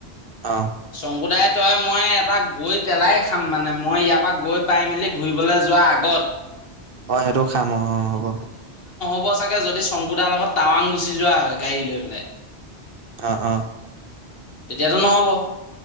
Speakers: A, on the right (about 55°); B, on the left (about 60°).
A: অ
B: শংকুদাই। তই মই এটা গৈ পেলাই খাম মানে, মই ইয়াৰ পৰা গৈ পাই মেলি ঘূৰিবলৈ যোৱাৰ আগত।
A: অঁ সেইটো খাম অঁ অঁ হ'ব।
B: হ'ব চাগে যদি শংকুদাৰ লগত টাৱাং গুচি যোৱা হয় গাড়ী লৈ পেলাই।
A: অঁ অঁ।
B: তেতিয়াতো নহব।